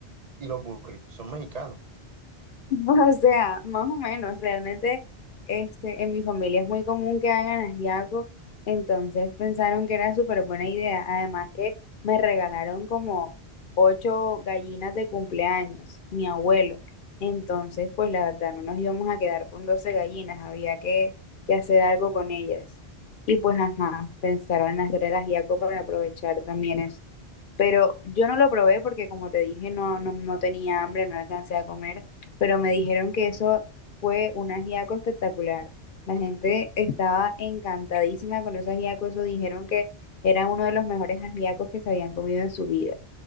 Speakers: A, on the right; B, on the left.
A: Y los burritos son mexicanos.
B: <laughs> O sea, más o menos, realmente este, en mi familia es muy común que hagan ajiaco, entonces pensaron que era súper buena idea. Además que me regalaron como ocho gallinas de cumpleaños, mi abuelo. Entonces, pues la verdad, no nos íbamos a quedar con 12 gallinas, había que, que hacer algo con ellas. Y pues, ajá, pensaron en hacer el ajiaco para aprovechar también eso. Pero yo no lo probé porque, como te dije, no, no, no tenía hambre, no alcancé a comer pero me dijeron que eso fue un ajiaco espectacular. La gente estaba encantadísima con ese ajiaco, eso dijeron que era uno de los mejores ajiacos que se habían comido en su vida,